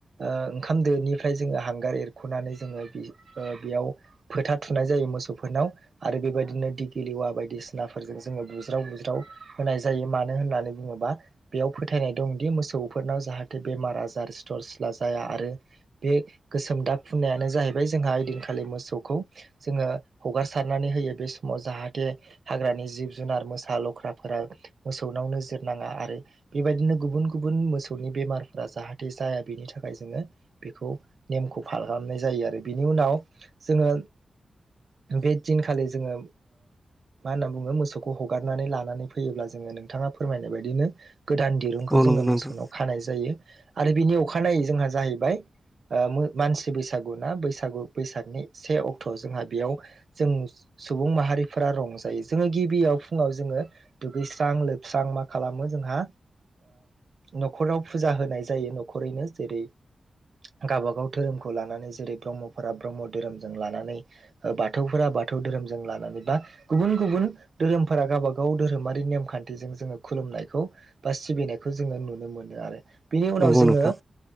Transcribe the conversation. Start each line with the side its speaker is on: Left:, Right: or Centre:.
Right: ओ ओंखाम दोनिफ्राय जोङो हांगार एरखुनानै जोङो बि ओ बियाव फोथा थुनाय जायो मोसौफोरनाव आरो बेबायदिनो दिगिलिवा बायदिसिनाफोरजों जोङो बु ज्राव बुज्राव होनाय जायो। मानो होननानै बुङोबा बेयाव फोथायनाय दं दि मोसौफोरनाव जाहाथे बेमार आजार सिथर सिला जाया आरो बे गोसोम दाग फुननायानो जाहैबाय जोंहा ओइदिनखालि मोसौखौ जोङो हगारसारनानै होयो बे समाव। जाहाथे हाग्रानि जिब जुनार मोसा आ लख्राफोरा मोसौनाव नोजोर नाङा आरो बेबायदिनो गुबुन गुबुन मोसौनि बेमारफोरा जाहाथे जाया बेनि थाखाय जोङो बेखौ नेमखौ <unintelligible> खालामनाय जायो आरो बेनि उनाव जोङो बे दिनखालि जोङो मा होनना बुङो मोसौखौ हगारनानै लानानै फैयोब्ला जोङो नोंथाङा फोरमायनाय बायदिनो। गोदान दिरुंखौ
Centre: औ
Right: जोङो
Centre: नंगौ नोंथां
Right: मोसौनाव खानाय जायो आरो बिनि अखानायै जोंहा जाहैबाय। मानसि बैसागु ना बैसागु बैसागनि से अक्ट'आव जोंहा बेयाव जों सुबुं माहारिफोरा रंजायो जोङो गिबियाव फुङाव जोङो दुगैस्रां लोबस्रां मा खालामो जोंहा नखराव फुजा। होनाय जायो न'खरैनो जेरै गावबागाव धोरोमखौ लानानै जेरै ब्रह्मफोरा ब्रह्म धोरोमजों लानानै बाथौफोरा बाथौ धोरोमजों लानानै बा गुबुन गुबुन धोरोम फोरा गावबागाव धोरोमारि नेमखान्थिजों जोङो खुलुमनायखौ बा सिबिनायखौ जोङो नुनो मोनो आरो बिनि उनाव
Centre: नंगौ
Right: जोङो
Centre: नोंथां